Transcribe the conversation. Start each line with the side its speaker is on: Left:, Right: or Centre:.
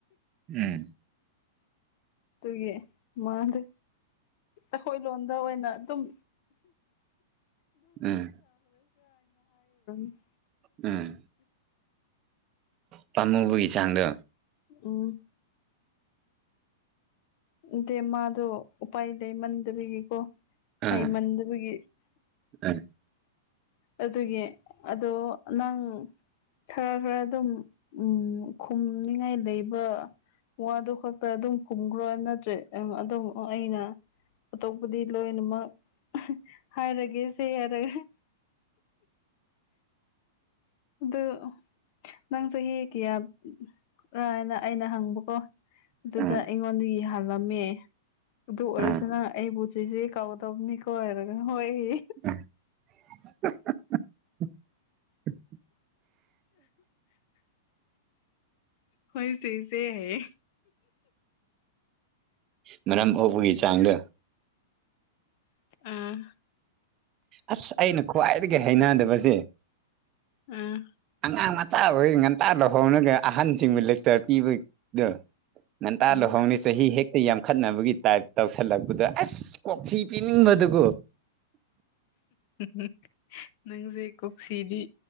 Right: ꯎꯝ
Left: ꯑꯗꯨꯒꯤ ꯃꯥꯗꯣ ꯑꯩꯈꯣꯏ ꯂꯣꯟꯗ ꯑꯣꯏꯅ ꯑꯗꯨꯝ
Right: ꯎꯝ
Left: <inaudible>
Right: ꯎꯝ ꯄꯥꯝꯃꯨꯕꯒꯤ ꯆꯥꯡꯗꯣ
Left: ꯎꯝ ꯅꯠꯇꯦ ꯃꯥꯗꯣ ꯎꯄꯥꯏ ꯂꯩꯃꯟꯗꯕꯒꯤꯀꯣ
Right: ꯑꯥ
Left: ꯍꯩꯃꯟꯗꯕꯒꯤ
Right: ꯎꯝ
Left: ꯑꯗꯨꯒꯤ ꯑꯗꯣ ꯅꯪ ꯈꯔ ꯈꯔ ꯑꯗꯨꯝ ꯎꯝ ꯈꯨꯝꯅꯤꯉꯥꯏ ꯂꯩ ꯕꯥ ꯋꯥꯗꯨ ꯈꯛꯇ ꯑꯗꯨꯝ ꯀꯨꯝ ꯕ ꯅꯠꯇ꯭ꯔꯦ <unintelligible> ꯑꯗꯨꯝ ꯑꯩꯅ ꯑꯇꯣꯞꯄꯗꯤ ꯂꯣꯏꯅꯃꯛ ꯍꯥꯏꯔꯒꯦꯁꯦ ꯍꯥꯏꯔꯒ ꯑꯗꯨ ꯅꯪ ꯆꯍꯤ ꯀꯌꯥ ꯔꯅ ꯑꯩꯅ ꯍꯪꯕꯀꯣ ꯑꯗꯨꯗ
Right: ꯎꯝ
Left: ꯑꯩꯉꯣꯟꯗꯩ ꯍꯜꯂꯝꯃꯦ ꯑꯗꯨ ꯑꯣꯏꯔꯁꯨ
Right: ꯎꯝ
Left: ꯅꯪ ꯑꯩꯕꯨ ꯆꯦꯆꯦ ꯀꯥꯎꯗꯧꯅꯤꯀꯣ ꯍꯥꯏꯔꯒ ꯍꫭꯏ ꯍꯤ
Right: <inaudible>
Left: ꯍꯣꯏ ꯆꯦꯆꯦ ꯍꯥꯏꯌꯦ
Right: ꯃꯔꯝ ꯑꯣꯛꯄꯒꯤ ꯆꯥꯡꯗꯣ
Left: ꯑꯥ
Right: ꯑꯁ ꯑꯩꯅ ꯈ꯭ꯋꯥꯏꯗꯒꯤ ꯍꯩꯅꯗꯕꯁꯦ
Left: ꯎꯝ꯫
Right: ꯑꯉꯥꯡ ꯃꯆꯥ ꯑꯣꯏ ꯉꯟꯇꯥ ꯂꯨꯍꫭꯡꯔꯒ ꯑꯍꯥꯟꯁꯤꯡꯕꯨ ꯂꯦꯛꯆꯔ ꯄꯤꯕꯗꯣ ꯉꯟꯇꯥ
Left: ꯎꯝ
Right: ꯂꯨꯍꯣꯡꯉꯤ ꯆꯍꯤ ꯍꯦꯛꯇ ꯌꯥꯝꯈꯠꯅꯕꯒꯤ ꯇꯥꯏꯞ ꯇꯧꯁꯜꯂꯛꯄꯗ ꯑꯁ ꯀꯣꯛꯊꯤ ꯄꯤꯅꯤꯡꯕꯗꯨꯀꯣ
Left: <inaudible> ꯅꯪꯁꯦ ꯀꯣꯛꯁꯤꯗꯤ